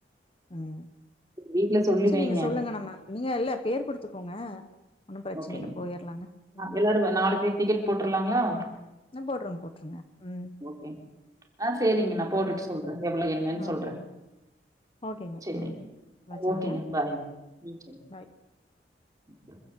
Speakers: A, on the left; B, on the right.
A: ம்
B: வீட்ல சொல்லி
A: சேரி
B: வைங்க.
A: நீங்க சொல்லுங்க நம்ம நீங்க இல்ல பேர் குடுத்துக்கோங்க ஒன்னும் பிரச்சன
B: ஓகேங்க
A: இல்ல போயிரலாங்க
B: ஆ
A: ம்
B: எல்லாரு வ நாலு பேர் டிக்கெட் போட்ருலாங்களா
A: ஆ போட்ருங் போட்ருங்க ம்
B: ஓகே ஆ சேரிங்க நா போட்டுட்டு சொல்ற எவ்வளோ என்னன்னு சொல்ற
A: ஓகேங்க ஓகேங்க
B: சேரிங்க
A: ம் வச்சறேங்க
B: ஓகேங்க பாய்ங்க ம் சேரி
A: பாய்
B: ரி